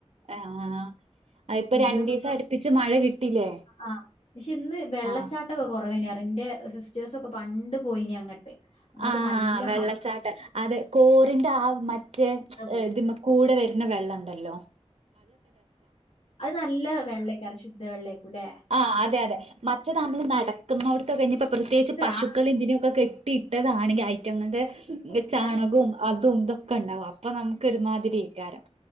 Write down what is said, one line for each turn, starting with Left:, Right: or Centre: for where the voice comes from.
Right: ആഹ് അതിപ്പൊ
Left: പുല്ലൊക്കെ
Right: രണ്ടീസം
Left: -
Right: അടുപ്പിച്ച് മഴ കിട്ടില്ലേ
Left: ആഹ് പക്ഷെ ഇന്ന് വെള്ളച്ചാട്ടൊക്കെ
Right: ആഹ്
Left: കൊറവെയ്ന് - എൻ്റെ സിസ്റ്റേഴ്സൊക്കെ പണ്ട് പോയിനി അങ്ങട്ട്. അന്നൊക്കെ
Right: ആഹ്
Left: നല്ല
Right: വെള്ളച്ചാട്ടം
Left: മഴിം
Right: അത് കോറിന്റെ ആ മറ്റേ
Left: പോയി.
Right: ഇതി കൂടെ വരു- ന്ന വെള്ള ണ്ടല്ലോ.
Left: അത് നല്ല വെള്ളയക്കാറ് ശുദ്ധ വെള്ളയ്ക്കു ല്ലെ
Right: ആഹ് അതെ അതെ മറ്റേ നമ്മള് നടക്കുന്നോടത്ത് കഴിഞ്ഞപ്പോ പ്രത്യേകിച്ച് പശുക്കൾ
Left: ആഹ്
Right: ങ്ങനൊക്കെ കെട്ടി - കെട്ടിട്ടതാണെങ്കിൽ <unintelligible>
Left: ഇണ്ടായിനി.
Right: ചാണകവും അതും ഇതൊക്കെ ണ്ടാവാം അപ്പൊ നമുക്ക് ഒരുമാതിരിക്കാരം